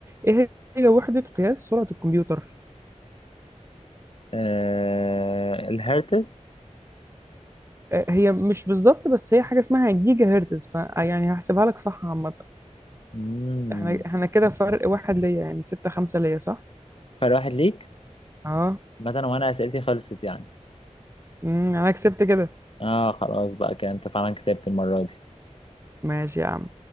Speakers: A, on the right (about 20°); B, on the left (about 45°).
A: إيه هي وحدة قياس سرعة الكمبيوتر؟
B: آه الهرتز
A: آه، هي مش بالظبط بس هي حاجة اسمها جيجا هرتز فيعني هحسبها لك صح عامة
B: مم.
A: احنا احنا كده فرق واحد ليا يعني ستة خمسة ليا صح؟
B: فرق واحد ليك
A: اه
B: مثلا وانا اسئلتي خلصت يعني
A: مم، انا كسبت كده
B: اه خلاص بقى كده انت فعلا كسبت المرة دي
A: ماشي يا عم